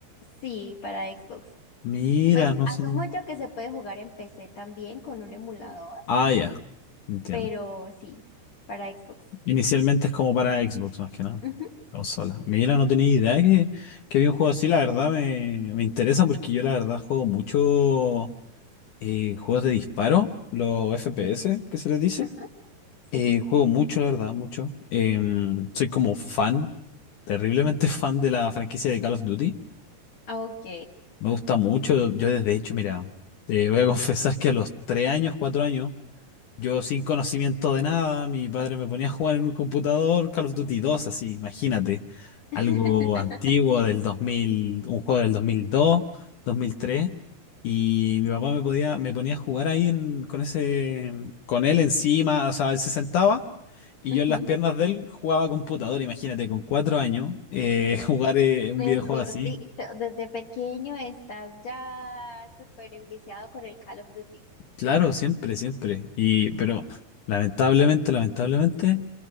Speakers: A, on the left; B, on the left.
A: Sí, para Xbox.
B: Mira,
A: Pues
B: no
A: asumo
B: sé.
A: yo que se puede jugar en PC también con un emulador,
B: Ah, ya. Entiendo.
A: pero sí, para Xbox.
B: Inicialmente es como para Xbox más que nada.
A: Ujú,
B: Consola. Mira, no tenía idea que, que había un juego así. La verdad me, me interesa porque yo la verdad juego mucho eh, juegos de disparo, los FPS
A: Sí,
B: que se les dice.
A: ajá, sí,
B: Eh, juego mucho, la verdad, mucho. Em, soy como fan, terriblemente <laughs> fan de la franquicia de Call of Duty.
A: Ah, ok.
B: Me gusta mucho. Yo desde hecho, mira, te voy a <laughs> confesar que a los 3 años, 4 años. Yo sin conocimiento de nada, mi padre me ponía a jugar en un computador Call of Duty 2 así, imagínate.
A: <laughs>
B: Algo antiguo del 2000, un juego del 2002, 2003. Y mi papá me podía, me ponía a jugar ahí en- con ese, con él encima, o sea, él se sentaba y
A: Ujú.
B: yo en las piernas de él jugaba computador, imagínate, con cuatro años, eh, <laughs> jugar eh, un
A: Mejor
B: videojuego así.
A: dicho, desde pequeño estás ya súper enviciado con el Call of Duty.
B: Claro, siempre, siempre. Y, pero lamentablemente, lamentablemente.